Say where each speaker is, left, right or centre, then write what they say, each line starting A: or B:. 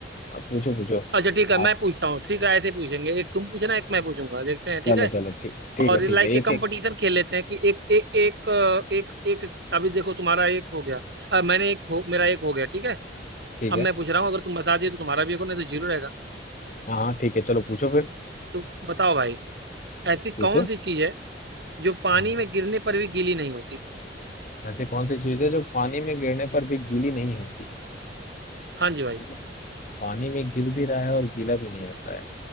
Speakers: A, on the left; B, on the right.
A: आप पूछो पूछो
B: अच्छा ठीक है मैं
A: आप
B: पूछता हूँ ठीक है ऐसे पूछेंगे एक तुम पूछना एक मैं पूछूंगा देखते हैं ठीक
A: चलो
B: है
A: चलो ठीक ठीक
B: और
A: है ठीक
B: लाइक
A: है
B: ये
A: एक
B: कंपटीशन
A: एक
B: खेल लेते हैं कि एक एक एक अ, एक एक अभी देखो तुम्हारा एक हो गया अब मैंने एक हो मेरा एक हो गया ठीक है
A: ठीक
B: अब
A: है
B: मैं पूछ रहा हूँ अगर तुम बता दिए तो तुम्हारा भी एक हो नहीं तो जीरो रहेगा
A: हाँ हाँ ठीक है चलो पूछो फिर
B: तो बताओ भाई ऐसी कौन
A: पूछो
B: सी चीज है जो पानी
A: हाँ
B: में गिरने पर भी गीली नहीं होती
A: ऐसी कौन सी चीज है जो पानी में गिरने पर भी गीली नहीं होती
B: हाँ जी
A: अच्छा,
B: भाई
A: मतलब पानी में गिर भी रहा है और गीला भी नहीं होता है